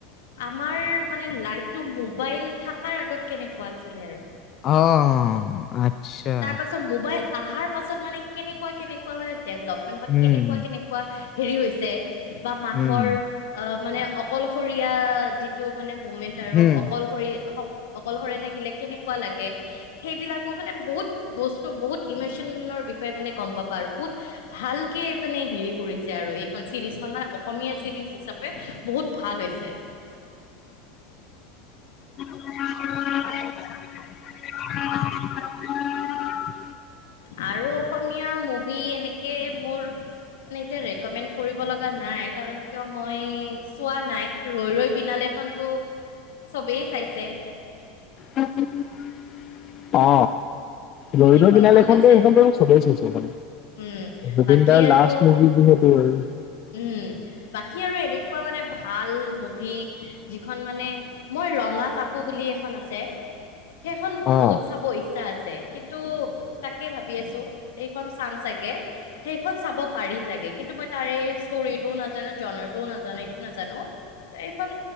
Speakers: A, on the left; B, on the left.
A: আমাৰ মানে লাইফটো মোবাইল থকাৰ আগত কেনেকুৱা আছিলে আৰু
B: আহ', আচ্ছা।
A: তাৰ পাছত মোবাইল আহাৰ পাছত মানে কেনেকুৱা কেনেকুৱা মানে ডেভলপমেন্ট বা
B: উম
A: কেনেকুৱা কেনেকুৱা হেৰি হৈছে বা মানুহৰ
B: উম
A: অ মানে অকলশৰীয়া যিটো মানে মমেন্ট আৰু
B: হম
A: অকলশৰ-অকলশৰে থাকিলে কেনেক লগে। সেইবিলাকো মানে বহুত বস্তু বহুত ইমচনৰ বিষয়ে মানে গম পাবা আৰু বহুত ভালকে মানে হেৰি কৰিছে আৰু এইখন চিৰিজ খন মানে অস অসমীয়া চিৰিজ হিচাপে বহুত ভাল হৈছে।
B: <unintelligible>
A: আৰু অসমীয়া মুভি এনেকে মোৰ মানে এতিয়া ৰেকমেণ্ড কৰিব লগা নাই, কাৰণ কিয় মই চোৱা নাই, ৰৈ ৰৈ বিনালে টো চবেই চাইছে।
B: অ'। ৰৈ
A: সেইখন
B: ৰৈ বিনালে
A: ভাল
B: এইখন,
A: হৈছে
B: সেইখন বাৰো চবেই চাইছে।
A: উম
B: জুবিন
A: বাকী
B: দাৰ
A: আৰু
B: লাষ্ট মুভি যিহেতু আৰু।
A: উম, বাকী আৰু এনেকুৱা মানে, ভাল মুভি যিখন মানে মই ৰঙা তাপু বুলি এখন আছে সেইখন
B: অ
A: বহুত চাব ইচ ইচ্ছা আছে কিন্তু তাকে ভাবি আছো এইখন চাম চাগে সেইখন চাব পাৰি চাগে কিন্তু মই তাৰে ষ্টৰিটো নাজানো জনাৰটো নাজানো একো নাজানো ত' এইখন